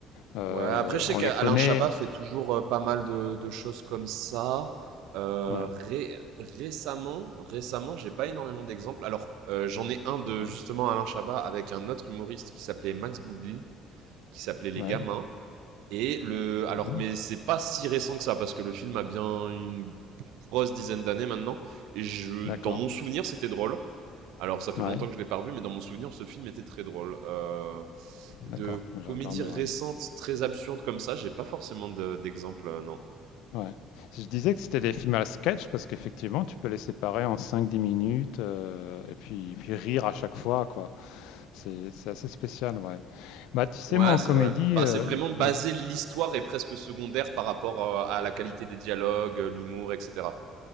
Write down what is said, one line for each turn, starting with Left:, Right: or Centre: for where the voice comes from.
Left: Euh,
Right: Ouais, après, je sais
Left: on
Right: qu'Alain
Left: les connaît.
Right: Chabat fait toujours euh, pas mal de, de choses comme ça. Euh,
Left: Ouais.
Right: ré- récemment, récemment, j'ai pas énormément d'exemples. Alors, euh, j'en ai un de
Left: Non.
Right: justement Alain Chabat avec un autre humoriste qui s'appelait Max Boublil, qui s'appelait Les
Left: Ouais.
Right: Gamins. Et le,
Left: Mhm.
Right: alors, mais c'est pas si récent que ça parce que le film a bien une grosse dizaine d'années maintenant. Et je,
Left: D'accord,
Right: dans mon souvenir, c'était drôle. Alors ça fait
Left: ouais,
Right: longtemps que je l'ai pas revu, mais dans mon souvenir, ce film était très drôle. Euh, de
Left: d'accord, je
Right: comédies
Left: regarderai.
Right: récentes, très absurdes comme ça, j'ai pas forcément de- d'exemple, euh, non.
Left: Ouais. Je disais que c'était des films à sketch parce qu'effectivement, tu peux les séparer en cinq dix minutes euh, et puis, puis rire à chaque fois, quoi. C'est, c'est assez spécial, ouais. Bah, tu sais,
Right: Ouais,
Left: moi, en
Right: c'est
Left: comédie,
Right: vrai. Enfin,
Left: euh,
Right: c'est vraiment basé,
Left: ouais,
Right: l'histoire est presque secondaire par rapport euh, à, la qualité des dialogues, euh, l'humour, etc.